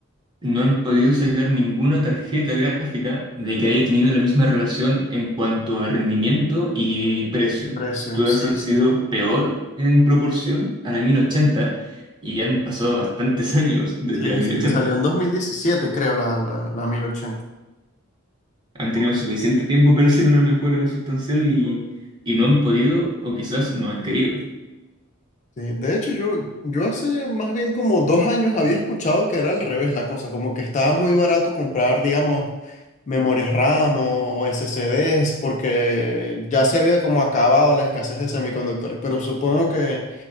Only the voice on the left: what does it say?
Precio,
sí,
sí.
Sí,
sí, salió en 2017, creo, la, la, la 1080.
por ahí.
Sí, de hecho, yo, yo hace más bien como dos años había escuchado que era al revés la cosa, como que estaba muy barato comprar, digamos, memorias RAM o SSDs, porque ya se había como acabado la escasez de semiconductores, pero supongo que,